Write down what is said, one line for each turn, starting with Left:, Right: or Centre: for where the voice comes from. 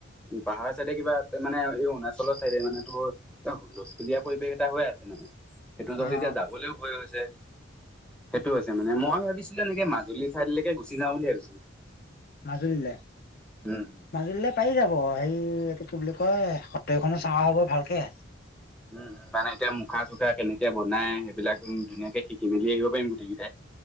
Centre: পাহাৰৰ চাইডে কিবা এ মানে এই অৰুণাচলৰ চাইডে মানে তোৰ অ হুললস্থুলীয়া পৰিৱেশ এটা হৈ আছে মানে সেইটো তহত
Left: অ
Centre: এতিয়া যাবলৈও ভয় হৈছে সেইটো হৈছে মানে মই ভাবিছিলোঁ এনেকে মাজুলী ছাইডলৈকে গুচি যাওঁ ভাবছিলোঁ
Left: মাজুলীলে
Centre: উম উম
Left: মাজুলীলে পাৰি যাব হেৰি এইটো কি বুলি কয় সত্ৰকেখনো চোৱা হব ভালকে
Centre: উম উম মানে এতিয়া মুখা চুখা কেনেকে বনাই সেইবিলাক উম ধুনীয়াকে শিকি মেলি আহিব পাৰিম গোটেইকিটাই